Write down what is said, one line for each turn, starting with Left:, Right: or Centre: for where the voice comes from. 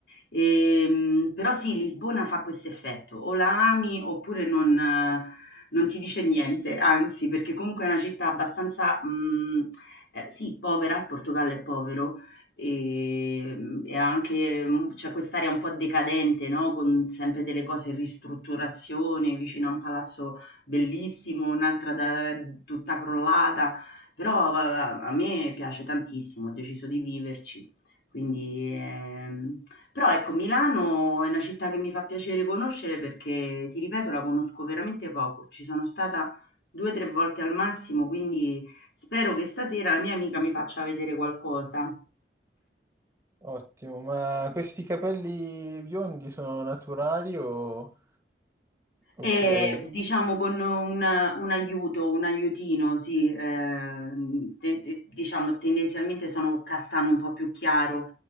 Left: Ehm, però sì, Lisbona fa questo effetto, o la ami oppure non eh, non ti dice niente, anzi, perché comunque è una città abbastanza, mhmm eh, sì, povera, il Portogallo è povero e, mhmm, e anche, mhmm, c'è quest'area un po' decadente, no, con sempre delle cose in ristrutturazione, vicino a un palazzo bellissimo, un'altra da tutta crollata, però va va a me piace tantissimo, ho deciso di viverci. Quindi, ehm però ecco Milano è una città che mi fa piacere conoscere perché, ti ripeto, la conosco veramente poco. Ci sono stata 2, 3 volte al massimo, quindi Spero che stasera la mia amica mi faccia vedere qualcosa.
Right: Ottimo, ma questi capelli biondi sono naturali o... oppure...
Left: E diciamo con un, un aiuto, un aiutino, sì, ehm, te- te- diciamo tendenzialmente sono castano un po' più chiaro